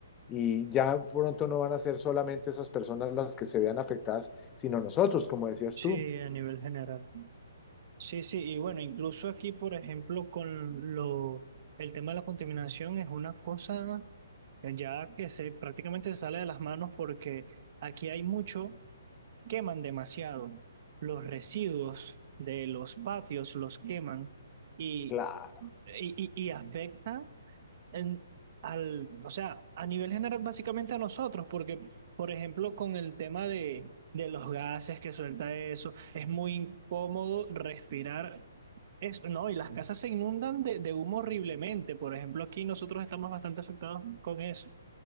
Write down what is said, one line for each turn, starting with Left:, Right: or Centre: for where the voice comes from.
Left: y ya pronto no van a ser solamente esas personas las que se vean afectadas sino nosotros, como decías
Right: sí,
Left: tú.
Right: a nivel general. Sí, sí, y bueno, incluso aquí, por ejemplo, con lo, el tema de la contaminación es una cosa eh, ya que se prácticamente se sale de las manos porque aquí hay mucho, queman demasiado. Los residuos de los patios los queman y,
Left: Claro,
Right: y, y y afecta en- al, o sea, a nivel general, básicamente a nosotros, porque, por ejemplo, con el tema de, de los gases que suelta eso, es muy incómodo respirar. Es, no, y las casas se inundan de, de humo horriblemente. Por ejemplo, aquí nosotros estamos bastante afectados con eso.